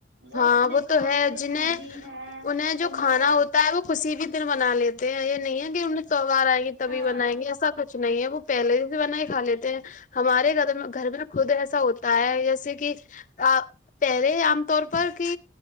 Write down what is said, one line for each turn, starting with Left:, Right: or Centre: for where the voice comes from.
Right: وہ
Left: ہاں
Right: اپنے کام
Left: تو ہے
Right: میں
Left: جنہیں
Right: بزی ہے
Left: انہیں جو
Right: ان
Left: کھانا
Right: کو
Left: ہوتا ہے وہ کسی بھی دن بنا لیتے ہیں یہ نہیں ہے کہ ان نے کار آئیں گے تبھی
Right: ہاں
Left: بنائیں گے ایسا کچھ نہیں ہے وہ پہلے ہی سے بنا ہی کھا لیتے ہیں ہمارے گھر گھر میں خود ایسا ہوتا ہے جیسے کہ پہرے عام طور پر کی